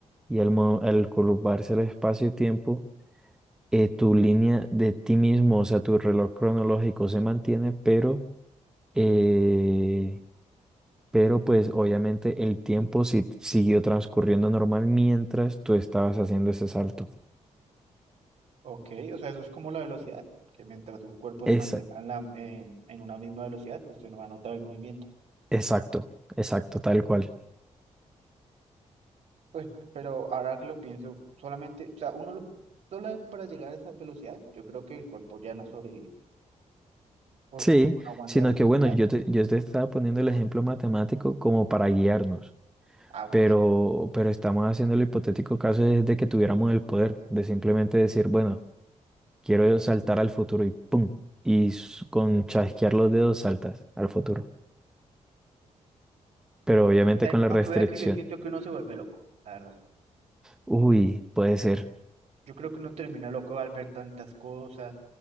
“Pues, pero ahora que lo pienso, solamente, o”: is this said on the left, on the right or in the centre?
Right